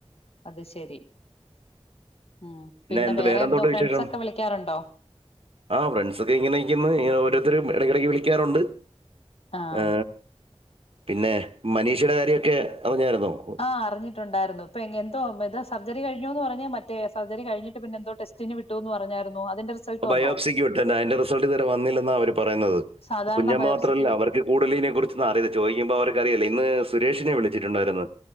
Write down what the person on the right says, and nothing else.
എന്ത്
എന്തുകൊണ്ട്
വിശേഷം
ആ ഫ്രണ്ട്സൊക്കെ ഇങ്ങനെ നിക്കുന്നു. ഓരോരുത്തും ഇടക്കിടയ്ക്ക് വിളിക്കാറുണ്ട്.
ആ, പിന്നെ മനീഷുടെ കാര്യമൊക്കെ അറിഞ്ഞായിരുന്നോ
ബയോപ്സിക്
വിട്ടണ്ട്.. അതിന്റെ റിസൾട്ട് ഇതുവരെ വന്നില്ലെന്നാ അവര് പറയുന്നത്
പിന്നത്
മാത്രമല്ല
അവർക്ക് കൂടുതലിനതിനെക്കുറിച്ചൊന്നുമാറീല ചോദിക്ക്മ്പോ അവർക്ക് അറയില്ല ഇന്ന് സുരേഷിനെ വിളിച്ചിട്ടുണ്ടായിരുന്നു